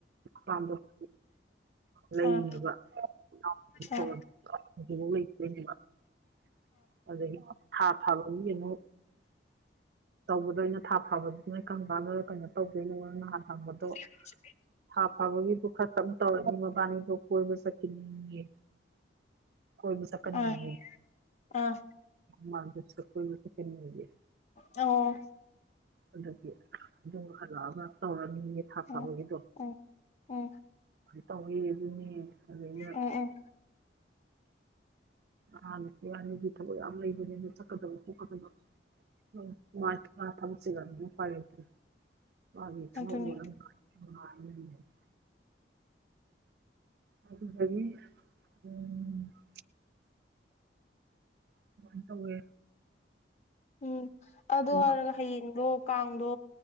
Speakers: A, on the right; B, on the left.
A: ꯃꯥꯗꯣꯗꯣ ꯂꯩꯌꯦꯕ
B: ꯑꯥ
A: <unintelligible>
B: ꯑꯥ
A: ꯑꯗꯨꯗꯒꯤ ꯊꯥ ꯐꯥꯕꯒꯤ ꯑꯃꯨꯛ ꯇꯧꯕꯗꯩꯅ ꯊꯥ ꯐꯥꯕꯗꯨꯃ ꯑꯩ ꯀꯪ ꯀꯥꯟꯂ ꯀꯩꯅꯣ ꯇꯧꯗꯣꯏꯅꯣꯔ ꯅꯍꯥꯟ ꯍꯪꯕꯗꯣ
B: <unintelligible>
A: ꯊꯥ ꯐꯥꯕꯒꯤꯗꯨ ꯈꯛꯇꯪꯨ ꯇꯧꯔ ꯑꯗꯨ ꯃꯕꯥꯅꯤꯗꯣ ꯀꯣꯏꯕ ꯆꯠꯈꯤꯅꯤꯡꯉꯦ ꯀꯣꯏꯕ ꯆꯠꯀꯅꯦꯌꯦ
B: ꯑꯥ ꯑꯥ
A: ꯃꯥꯥꯡꯗꯁꯨꯣꯏ ꯀꯅꯤꯦ
B: ꯑꯣ
A: ꯑꯗꯨꯗꯤ ꯑꯗꯨꯝ ꯑꯂꯛꯑꯒ ꯇꯧꯔꯅꯤꯒꯤ ꯊꯥ ꯐꯕꯒꯤꯗꯣ
B: ꯎꯝ ꯎꯝ ꯎꯝ
A: ꯀꯥꯏ ꯇꯧꯋꯤ ꯑꯗꯨꯅꯦ ꯑꯗꯨ ꯑꯩꯅ
B: ꯎꯝ ꯎꯝ
A: ꯑꯥ ꯅꯨꯄꯤ ꯋꯥꯅꯤꯒꯤ ꯊꯕꯛ ꯌꯥꯝ ꯂꯩꯕꯅꯤꯅ ꯆꯠꯀꯗꯕ ꯈꯣꯀꯗꯕ <unintelligible> ꯑ
B: ꯑꯗꯨꯅꯤ
A: <unintelligible> ꯀꯃꯥꯏꯅ ꯇꯧꯋꯦ
B: ꯎꯝ ꯑꯗꯣ
A: ꯑꯗꯨꯅ
B: ꯍꯥꯏꯔꯒ ꯍꯌꯦꯡꯗꯣ ꯀꯥꯡꯗꯣ